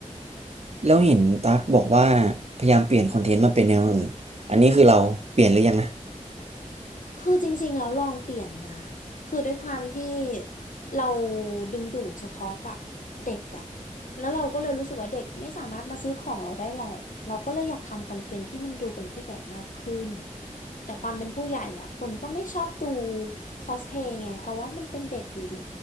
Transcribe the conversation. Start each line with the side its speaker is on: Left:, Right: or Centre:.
Right: แล้วเห็นตั๊กบอกว่าพยายามเปลี่ยนคอนเทนต์มาเป็นแนวอื่นอันนี้คือเราเปลี่ยนหรือยังนะ
Left: คือจริงๆแล้วลองเปลี่ยนนะคือด้วยความที่เราดึงดูดเฉพาะกับเด็กอะแล้วเราก็เลยรู้สึกว่าเด็กไม่สามารถมาซื้อของเราได้หรอกเราก็เลยอยากทำคอนเทนต์ที่มันดูเป็นผู้ใหญ่มากขึ้นแต่ความเป็นผู้ใหญ่อะคนก็ไม่ชอบดูคอสเพย์ไงเพราะว่ามันเป็นเด็กอยู่ดี